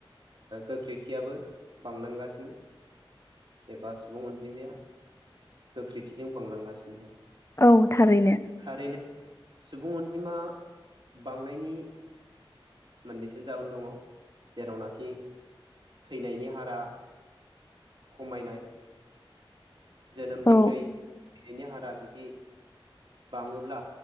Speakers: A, on the right (about 55°); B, on the left (about 30°).
A: गोख्रैथियाबो बांलांगासिनो। एबा सुबुं अनजिमाया गोख्रैथिजों बांलांगासिनो दं।
B: औ थारैनो
A: थारैनो सुबुं अनजिमा बांनायनि मोननैसो जाहोन दङ जेरावनाखि थैनायनि हारा खमायनाय जोनोमनिख्रुइ
B: औ
A: थनायनि हारा जुदि बाङोब्ला